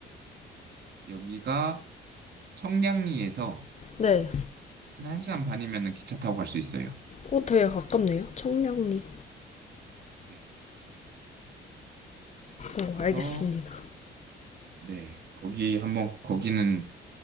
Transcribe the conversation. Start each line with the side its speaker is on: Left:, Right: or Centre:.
Right: 여기가 청량리에서
Left: 네.
Right: 한 1시간 반이면 기차 타고 갈 수 있어요.
Left: 어, 되게 가깝네요. 청량리.
Right: 네. 그래서
Left: 어, 알겠습니다.
Right: 네. 거기 한번 거기는